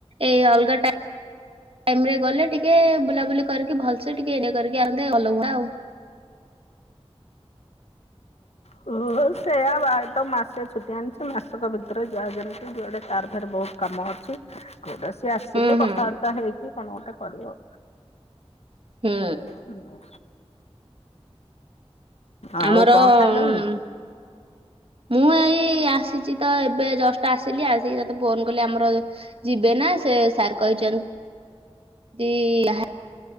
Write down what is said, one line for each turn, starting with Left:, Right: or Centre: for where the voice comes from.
Right: ଏଇ ଅଲଗା ଟା ଟାଇମରେ ଗଲେ ଟିକେ ବୁଲାବୁଲି କରିକି ଭଲ ସେ ଟିକେ ଏଇନେ କରିକି ଆଉଛି। ଦେ ଅଲଗା ଆଉ।
Left: ହଁ ସେଇଆ ଭାଇ ତ ମାସେ ଛୁଟି ଆଣିଛି ମାସକ ଭିତରେ ଯାହା ଯେମିତି ଯୁଆଡେ ତାର ଫେର୍ ବହୁତ କାମ ଅଛି। କୋଉଟା ସିଏ ଆସିଲେ
Right: ହୁଁ ହୁଁ
Left: କଥାବାର୍ତ୍ତା ହେଇକି କଣ ଗୋଟେ କରିବ।
Right: ହୁଁ
Left: ହୁଁ ଆଉ
Right: ଆମର
Left: କଣ? ଖାଇଲଣି?
Right: ଉଁ, ମୁଁ ଏଇ ଆସିଛି ତ ଏବେ ଜଷ୍ଟ ଆସିଲି ଆସିକି ତତେ ଫୋନ କଲି ଆମର ଯିବେ ନା ସେ ସାର୍ କହିଛନ୍ତି ଯାହା